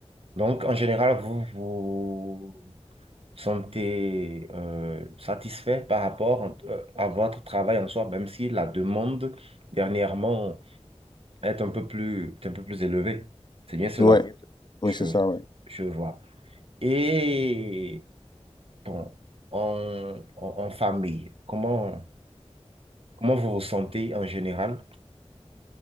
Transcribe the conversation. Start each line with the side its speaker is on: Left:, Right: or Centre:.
Right: Donc, en général, vous vous sentez euh, satisfait par rapport euh, à votre travail en soi, même si la demande dernièrement est un peu plus, est un peu plus élevée. C'est bien cela,
Left: Ouais. Oui,
Right: je,
Left: c'est ça, ouais.
Right: je vois. Et bon, en, en, en famille, comment, comment vous vous sentez en général?